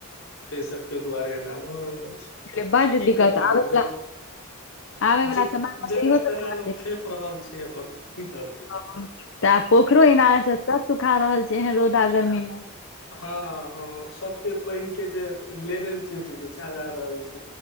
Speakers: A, on the left (about 70°); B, on the left (about 55°).
A: तै सभके दुआरे एना भऽ रहल छै
B: बुझलियै बड्ड
A: की
B: दिक्कत
A: करतै
B: आबै
A: लोक
B: वला
A: जन
B: आबे वला
A: जे
B: समय मे
A: जेना
B: तऽ इहो सब
A: तेना
B: जादा
A: लोक
B: दिक्कत
A: खेप रहल छै अपन की करतै
B: हँ। तऽ पोखरो इनार छै सब सुखा रहल छै एहन रौदा गर्मी मे
A: हँ हँ हँ सबके पैन के जे लेवल छै से निचा जा रहल छै